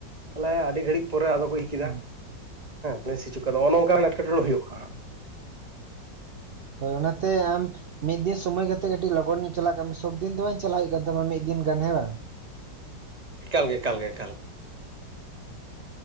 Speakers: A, on the right; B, on the right.
A: ᱛᱟᱦᱚᱞᱮ ᱟᱹᱰᱤ ᱜᱷᱟᱹᱲᱤᱡ ᱯᱚᱨᱮ ᱟᱫᱚ ᱠᱚ ᱤᱧ ᱠᱮᱫᱟ᱾
B: ᱦᱩᱸ
A: ᱦᱮᱸ ᱥᱤ ᱪᱩ ᱠᱮᱫᱟ ᱚᱱᱮ ᱚᱱᱠᱟᱱ ᱮᱴᱠᱮᱴᱚᱬᱮ ᱦᱩᱭᱩᱜᱼᱟ ᱦᱟᱸᱜ᱾
B: ᱦᱳᱭ ᱚᱱᱟᱛᱮ ᱟᱢ ᱢᱤᱫ ᱫᱤᱱ ᱥᱚᱢᱚᱭ ᱠᱟᱛᱮᱜ ᱠᱟᱹᱴᱤᱡ ᱞᱚᱜᱚᱱ ᱧᱚᱜ ᱪᱟᱞᱟᱜ ᱠᱟᱢᱮ ᱥᱚᱵᱽᱫᱤᱱ ᱫᱚ ᱵᱟᱝ ᱪᱟᱞᱟᱜ ᱦᱩᱭᱩᱜ ᱠᱟᱱ ᱛᱟᱢᱟ ᱢᱤᱫ ᱫᱤᱱ ᱜᱟᱱ ᱦᱮᱸ ᱵᱟᱝ?
A: ᱮᱠᱟᱞ ᱜᱮ ᱮᱠᱟᱞ ᱜᱮ ᱮᱠᱟᱞ ᱜᱮ